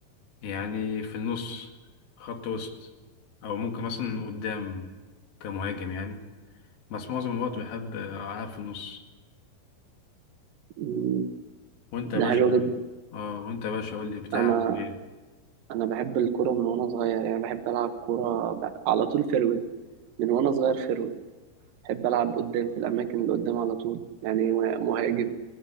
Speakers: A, on the left; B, on the right.
A: يعني في النص خط وسط او ممكن مثلا قدام كمهاجم يعني بس معظم الوقت بحب العب في النص
B: مم.
A: وانت يا
B: ده
A: باشا
B: حلو جدا
A: اه وانت يا باشا قول لي بتلعب
B: انا
A: ايه
B: انا بحب الكوره من وانا صغير يعني بحب العب كوره ب- على طول فيرويد من وانا صغير فيرويد بحب ألعب قدام في الأماكن اللي قدام على طول يعني مهاجم